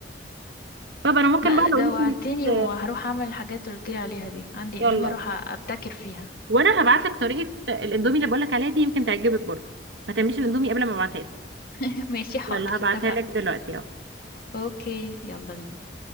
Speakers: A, on the right; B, on the left.
A: طب انا ممكن
B: لا
A: بقى
B: جوعتني
A: لو انت مش
B: وهروح اعمل الحاجات اللي قلتلي عليها دي عندي
A: يلا
B: اندومي اروح أ- ابتكر فيها
A: وانا هبعت لك طريقه الاندومي اللي بقول لك عليها دي يمكن تعجبك برضه ما تعمليش الاندومي قبل ما ابعتها
B: <laughs> ماشي حاضر
A: يلا هبعتها
B: اتفقنا
A: لك دلوقتي اهو
B: اوكي يلا بينا